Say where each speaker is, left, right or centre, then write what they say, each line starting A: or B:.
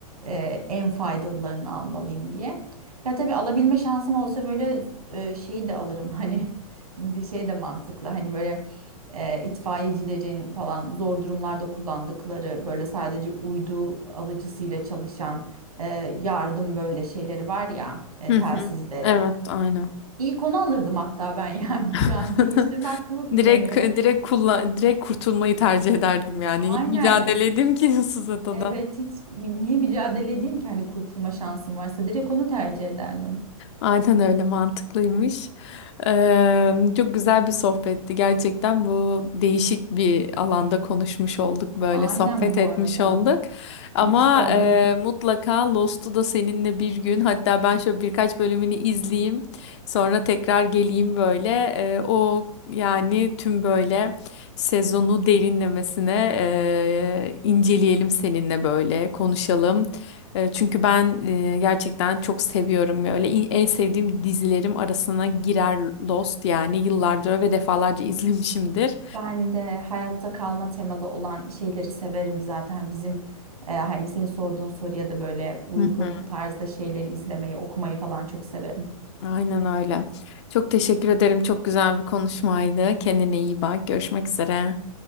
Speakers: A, on the right; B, on the left.
A: e, en faydalılarını almalıyım diye. Ya tabii alabilme şansım olsa böyle e, şeyi de alırım <laughs> hani şimdi şey de mantıklı hani böyle e, itfaiyecilerin falan zor durumlarda kullandıkları böyle sadece uydu alıcısıyla çalışan e, yardım böyle şeyleri var ya e,
B: Hı
A: telsizleri.
B: hı. Evet, aynen.
A: İlk onu alırdım hatta ben yani
B: <laughs>
A: <laughs> şu an değiştirme hakkımı kullanıyorum.
B: Direkt direkt kullan direkt kurtulmayı tercih ederdim yani.
A: Aynen
B: Niye mücadele edeyim ki ıssız adada?
A: evet hiç mü- niye mücadele edeyim ki hani kurtulma şansım varsa direkt onu tercih ederdim.
B: Aynen öyle mantıklıymış. Eee, çok güzel bir sohbetti. Gerçekten bu değişik bir alanda konuşmuş olduk böyle
A: Aynen
B: sohbet
A: bu
B: etmiş
A: arada.
B: olduk. Ama
A: İyi ki sordun.
B: eee, mutlaka Lost'u da seninle bir gün hatta ben şöyle birkaç bölümünü izleyeyim. Sonra tekrar geleyim böyle. Eee, o yani tüm böyle sezonu derinlemesine eee, inceleyelim seninle böyle konuşalım. E, Çünkü ben e, gerçekten çok seviyorum böyle İn- en sevdiğim dizilerim arasına girer Lost yani yıllardır ve defalarca izlemişimdir.
A: Ben de hayatta kalma temalı olan şeyleri severim zaten. Bizim e, hani senin sorduğun soruya da böyle uygun
B: Hı hı.
A: tarzda şeyleri izlemeyi, okumayı falan çok severim.
B: Aynen öyle. Çok teşekkür ederim. Çok güzel bir konuşmaydı. Kendine iyi bak. Görüşmek üzere.